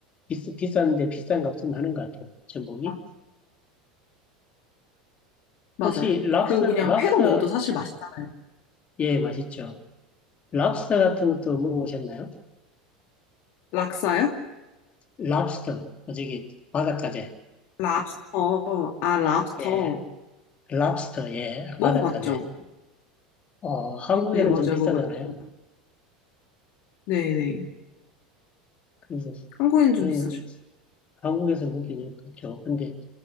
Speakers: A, on the left; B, on the left.
A: 비싸, 비싼데 비싼 값은 하는 것 같아요. 전복이.
B: 아, 맞아요.
A: 혹시 랍스터,
B: 그리고 그냥
A: 랍스터,
B: 회로 먹어도 사실 맛있잖아요.
A: 예, 맛있죠. 랍스터 같은 것도 먹어보셨나요?
B: 락사요?
A: 랍스터, 어, 저기 바닷가재.
B: 랍스터. 아, 랍스터.
A: 예, 랍스터, 예,
B: 먹어봤죠?
A: 바닷가재. 어, 한국에는
B: 네, 맞아요.
A: 좀 비싸잖아요.
B: 먹었고. 네네.
A: 그래서
B: 한국에는 좀
A: 저는
B: 비싸죠.
A: 한국에서 먹기는 그렇죠. 근데